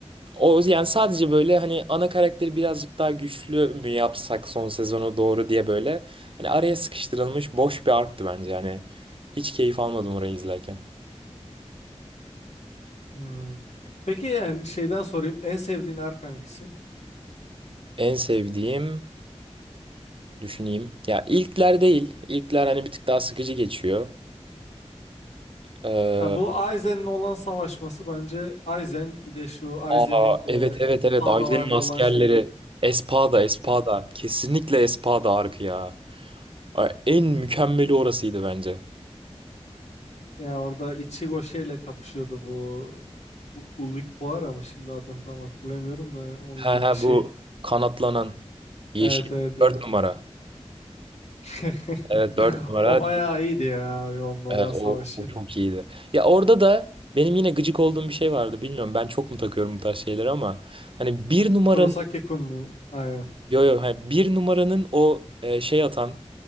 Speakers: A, on the right; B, on the left.
A: O yani sadece böyle hani ana karakteri birazcık daha güçlü mü yapsak son sezona doğru diye böyle hani araya sıkıştırılmış boş bir arktı bence yani hiç keyif almadım orayı izlerken.
B: Hmm. Peki yani şeyden sorayım en sevdiğin ark hangisi?
A: En sevdiğim düşüneyim ya ilkler değil ilkler hani bir tık daha sıkıcı geçiyor. Ee,
B: Ya bu Aizen'le olan savaşması bence Aizen bir de şu Aizen'in
A: aa
B: e,
A: evet evet
B: espadalarla
A: evet Aylin'in askerleri
B: olan şeyi.
A: Espada Espada
B: <laughs>
A: kesinlikle Espada arkı ya. Ay, En mükemmeli orasıydı bence.
B: Ya orada Ichigo şeyle kapışıyordu bu U- Ulquiorra ama şimdi adını tam hatırlamıyorum da onun
A: He
B: gibi
A: he
B: bir şey.
A: bu kanatlanan yeşil
B: Evet evet evet.
A: 4 numara.
B: <laughs>
A: Evet 4 numara.
B: O bayağı iyiydi ya abi onun olan
A: Evet
B: savaşı.
A: o, o çok iyiydi. Ya orada da benim yine gıcık olduğum bir şey vardı. Bilmiyorum ben çok mu takıyorum bu tarz şeyleri ama hani bir numaranın
B: Kurosaki-kun mu? Aynen.
A: yo yo hani bir numaranın o e, şey atan